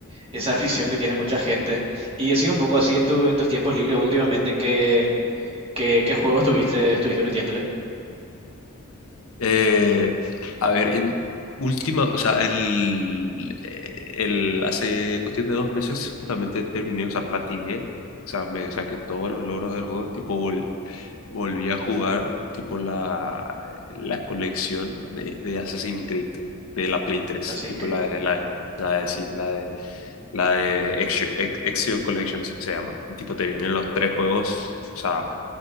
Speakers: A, on the right (about 30°); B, on the left (about 85°).
A: esa afición que tiene mucha gente. Y he sido un poco así en tu, en tus tiempos libres últimamente, ¿qué, qué, qué juego estuviste, estuviste metiéndole?
B: Eh, a ver, en última, o sea, el, el, hace cuestión de dos meses justamente terminé, o sea, platiné, o sea, me saqué todos los logros del juego, tipo vol- volví a jugar, tipo la, la colección de, de Assassin's Creed, de la Play tres
A: Assassin's
B: tipo
A: Creed,
B: la de, la, de- la de, sí, la de, la de Ezio, Ex- Ezio Collection se, se llama, tipo te vienen los tres juegos, o sea,